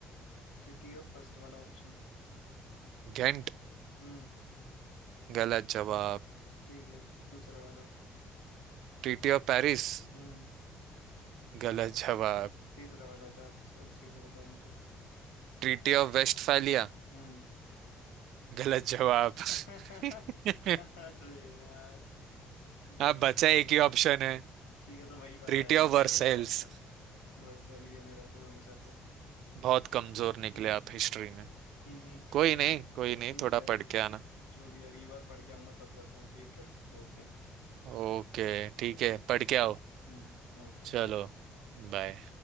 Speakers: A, on the left (about 75°); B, on the right (about 60°).
A: जीटीओ फर्स्ट वाला ऑप्शन
B: घेंट
A: हम्म
B: गलत जवाब
A: ठीक है दूसरा वाला
B: Treaty of Paris
A: हम्म
B: गलत जवाब
A: तीसरा वाला था अच्छ- अच्छे से बता दूं तो
B: Treaty of Westphalia
A: हम्म
B: गलत जवाब
A: <laughs>
B: <laughs>
A: अरे यार गलत
B: आप बचा एक
A: गलत
B: ही ऑप्शन है
A: ठीक है तो वही वाला
B: Treaty
A: है मैं
B: of Versailles
A: तो वही बता रहा था वर्सेली है मेरा तो हमेशा से
B: बहुत कमजोर निकले
A: हम्म
B: आप हिस्ट्री में
A: हम्म खैर
B: कोई नहीं कोई
A: ठीक
B: नहीं थोड़ा
A: है
B: पढ़ के आना
A: जो भी है, अगली बार पढ़ के आऊंगा तब करता हूँ ठीक है ओके
B: ओके ठीक
A: बाय
B: है पढ़ के आओ
A: हम्म ओके
B: चलो बाय